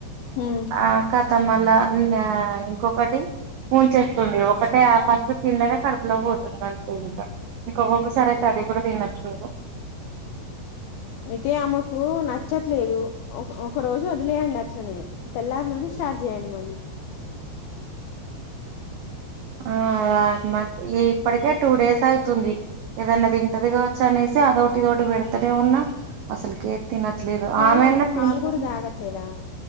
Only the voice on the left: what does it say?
ఉమ్
అయితే అమ్మోకు ఏమో నచ్చట్లేదు ఒక రోజు వదిలేయండి అట్లనే తెల్లారి నుండి స్టార్ట్ చేయండి మళ్ళీ
పాలు
పాలు కూడా తాగట్లేదా